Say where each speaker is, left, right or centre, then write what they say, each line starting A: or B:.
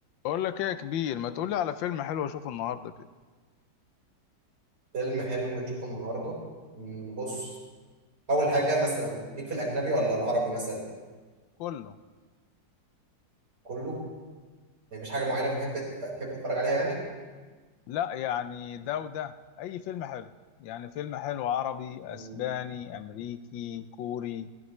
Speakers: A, on the left (about 80°); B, on the right (about 60°).
A: بقول لك ايه يا كبير ما تقول لي على فيلم حلو اشوفه النهارده كده
B: فيلم حلم تشوفه النهارده مم، بص اول حاجه مثلا ليك في الاجنبي ولا العربي مثلا
A: كله
B: كله يعني مفيش حاجه معينه بتحب تف- تحب تتفرج عليها يعني
A: لا يعني ده وده اي فيلم حلو يعني فيلم حلو عربي
B: مم.
A: اسباني امريكي كوري